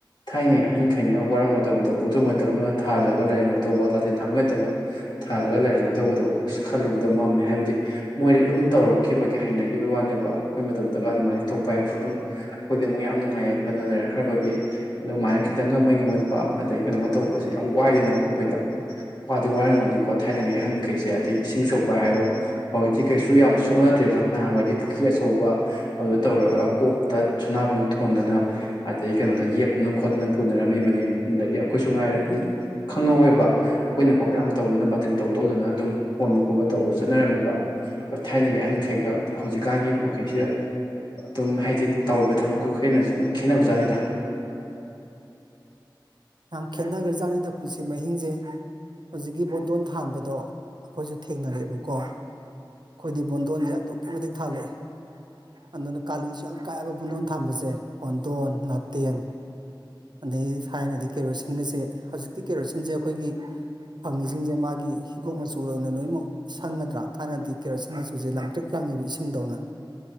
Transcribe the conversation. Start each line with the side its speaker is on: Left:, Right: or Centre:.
Left: ꯊꯥꯏꯅꯩ ꯑꯍꯟ ꯈꯩꯅꯒ ꯋꯥꯔꯝꯒꯗꯕꯗꯣ ꯄꯣꯠꯊꯣꯛ ꯈꯛꯇꯪꯒ ꯊꯥꯜꯂꯒ ꯂꯩꯔꯝꯒꯗꯧꯕ ꯂꯥꯊꯦꯟ ꯊꯥꯕꯤ ꯉꯛꯇꯪ ꯊꯥꯜꯂꯒ ꯂꯩꯔꯝꯒꯗꯧꯕꯗꯣ ꯑꯁ ꯈꯜꯂꯨꯕꯗꯣ ꯃꯝꯃꯦ ꯍꯥꯏꯕꯗꯤ ꯃꯣꯏꯗꯤ ꯑꯗꯨꯝ ꯇꯧꯔꯛ ꯈꯤꯕꯒꯤ ꯍꯩꯅꯈꯤꯕꯒꯤ ꯋꯥꯅꯦꯕ ꯑꯩꯈꯣꯏ ꯃꯇꯝꯗꯒ ꯑꯗꯨꯃꯥꯏꯅ ꯇꯄ ꯍꯥꯏꯕꯁꯨ ꯑꯗꯨꯝ ꯑꯩꯈꯣꯏꯗꯤ ꯑꯃꯨꯛ ꯌꯥꯝ ꯅꯨꯡꯉꯥꯏ ꯌꯥꯏ ꯐꯅ ꯂꯩꯔꯛꯈ꯭ꯔꯕꯒꯤ ꯑꯗꯨꯃꯥꯏꯅ ꯈꯤꯇꯪ ꯉꯃꯩꯒ ꯃꯠꯄ ꯑꯗꯒꯤꯩ ꯀꯩꯅꯣꯃ ꯇꯧꯕꯁꯦ ꯌꯥꯝ ꯋꯥꯏꯗꯅꯀꯣ ꯑꯩꯈꯣꯏꯗ ꯑꯗꯨ ꯋꯥꯔꯝꯒꯅꯤꯀꯣ ꯊꯥꯏꯅꯉꯩꯒꯤ ꯑꯍꯟꯈꯩꯁꯦ ꯑꯗꯩ ꯏꯁꯤꯡ ꯁꯣꯛꯄ ꯍꯥꯏꯔꯣ ꯍꯧꯖꯤꯛꯇꯤ ꯀꯩꯁꯨ ꯌꯥꯝ ꯁꯣꯛꯅ ꯕ ꯅꯍꯥꯟꯋꯥꯏꯗꯤ ꯄꯨꯈ꯭ꯔꯤ ꯑꯆꯧꯕ ꯑꯗꯨꯗ ꯇꯧꯔꯨꯔꯒ ꯀꯣꯛꯇ ꯁꯅꯥꯕꯨꯟ ꯊꯣꯟꯗꯅ ꯑꯗꯩ ꯀꯩꯅꯣꯗ ꯌꯦꯞꯇꯅ ꯈꯣꯠꯇꯅ ꯄꯨꯅꯔꯝꯃꯤꯕꯅꯤ ꯑꯗꯒꯤ ꯑꯩꯈꯣꯏꯁꯨ ꯉꯥꯏꯔꯦ ꯑꯗꯨꯝ ꯈꯪꯍꯧꯋꯦꯕ ꯑꯩꯈꯣꯏꯅ ꯄꯈꯠ ꯑꯃ ꯇꯧꯗꯅ ꯕꯇꯟ ꯇꯧ ꯇꯧꯗꯅ ꯑꯗꯨꯝ ꯍꯣꯟꯕ ꯈꯣꯠꯄ ꯇꯧꯕꯗ ꯆꯠꯅꯔꯝꯃꯦꯕ ꯑ ꯊꯥꯏꯅꯒꯤ ꯑꯍꯟ ꯀꯩꯀꯥ ꯑꯗꯩ ꯍꯧꯖꯤꯛꯀꯥꯟꯒꯤ ꯃꯈꯩꯁꯤꯗ ꯑꯗꯨꯝ ꯍꯥꯏꯗꯤ ꯇꯧꯔꯤꯕ ꯊꯕꯛ ꯈꯨꯠꯈꯅ ꯍꯧꯖꯤ ꯑꯗꯨꯝ ꯈꯦꯠꯅꯕꯖꯥꯠꯅꯤꯗ
Right: ꯌꯥꯝ ꯈꯦꯠꯅꯈ꯭ꯔꯖꯥꯠꯅꯤꯗ ꯄꯨꯟꯁꯤ ꯃꯍꯤꯡꯁꯦ ꯍꯧꯖꯤꯛꯀꯤ ꯕꯣꯟꯗꯣꯟ ꯊꯥꯟꯕꯗꯣ ꯑꯩꯈꯣꯏꯁꯨ ꯊꯦꯡꯅꯔꯛꯑꯦꯕꯀꯣ ꯑꯩꯈꯣꯏꯗꯤ ꯕꯣꯟꯗꯣꯟꯁꯦ ꯑꯗꯨꯛꯀꯤ ꯃꯇꯤ ꯊꯥꯜꯂꯛꯑꯦ ꯑꯗꯨꯅ ꯀꯥꯂꯤꯁꯨ ꯌꯥꯝ ꯀꯥꯏꯕ ꯕꯨꯗꯣꯟ ꯊꯝꯕꯁꯦ ꯄꯣꯟꯗꯣꯟ ꯥꯇꯦꯟ ꯑꯗꯗꯒꯤ ꯊꯥꯏꯅꯗꯤ ꯀꯦꯔꯣꯁꯤꯟꯒꯁꯦ ꯍꯧꯖꯤꯛꯇꯤ ꯀꯦꯔꯣꯁꯤꯟꯁꯦ ꯑꯩꯈꯣꯏꯒꯤ ꯐꯪꯉꯤꯁꯤꯡꯁꯦ ꯃꯥꯒꯤ ꯍꯤꯒꯣꯛ ꯃꯆꯨꯔ ꯑꯣꯏꯅ ꯂꯣꯏꯅꯃꯛ ꯁꯪꯒꯗ꯭ꯔꯥ ꯊꯥꯅꯗꯤ ꯀꯦꯔꯣꯁꯤꯟ ꯃꯆꯨꯁꯦ ꯂꯥꯡꯇꯤꯛ ꯂꯥꯡꯉꯤꯕ ꯏꯁꯤꯡꯗꯧꯅ